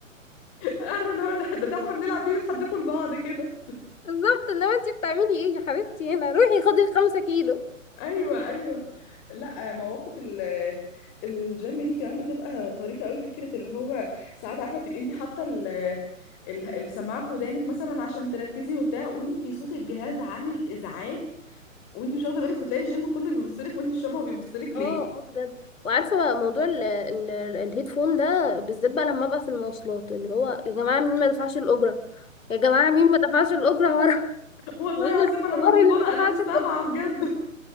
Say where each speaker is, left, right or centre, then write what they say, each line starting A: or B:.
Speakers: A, on the left; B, on the left.
A: عارفه اللي هو ده ده, ده احنا بنلعب بيه بنحدفه لبعض كده
B: بالظبط انما انت بتعملي ايه يا حبيبتي هنا روحي خدي الخمسة كيلو
A: ايوه ايوه لا مواقف ال- الجيم دي كمان بتبقى طريفه قوي فكره اللي هو ساعات عارفه تبقي انت حاطه ال- ال- السماعه في ودانك مثلا عشان تركزي وبتاع وانت صوت الجهاز عامل ازعاج وانت مش واخده بالك وتلاقي الجيم كله بيبص لك وانت مش فاهمه هو بيبص لك ليه
B: اه اه بجد وعارفه موضوع ال- ال- ال- الهيدفون ده بالذات بقى لما ابقى في المواصلات اللي هو يا جماعه مين ما دفعش الاجره يا جماعه مين ما دفعش الاجره ورا <laughs>
A: <laughs> والله
B: مين
A: العظيم
B: الحوار
A: انا منفضه
B: اللي ما
A: انا
B: دفعش
A: مش
B: الاجره
A: سامعه بجد